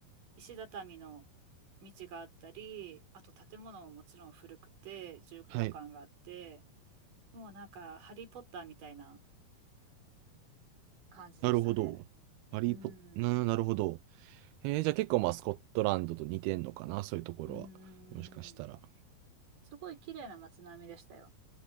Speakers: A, on the right; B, on the right.
A: 石畳の道があったり、あと建物ももちろん古くて、重厚感があって、
B: はい。
A: もうなんか、ハリーポッターみたいな感じでしたね。
B: なるほど。ハリーポッ、
A: うん。
B: な、なるほど。えー、じゃあ結構まあスコットランドと似てんのかなそういうところは。
A: うん。
B: もしかしたら。
A: すごい綺麗な街並みでしたよ。